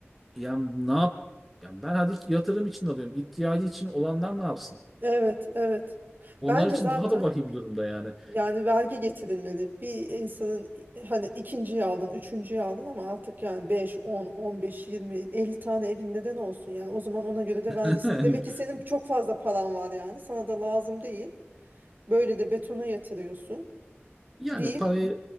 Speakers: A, in the centre; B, on the right.
A: yani ne yap yani ben hadi yatırım için alıyorum. İhtiyacı için olanlar ne yapsın?
B: Evet, evet.
A: Onlar
B: Bence
A: için
B: zaten
A: daha da vahim durumda yani.
B: yani vergi getirilmeli. Bir insanın hani ikinciyi aldın, üçüncüyü aldın ama artık yani beş, on, on beş, yirmi, elli tane evin neden olsun yani. O zaman ona göre de
A: <laughs>
B: vergisini. Demek ki senin çok fazla paran var yani. Sana da lazım değil. Böyle de betona yatırıyorsun
A: Yani
B: deyip
A: parayı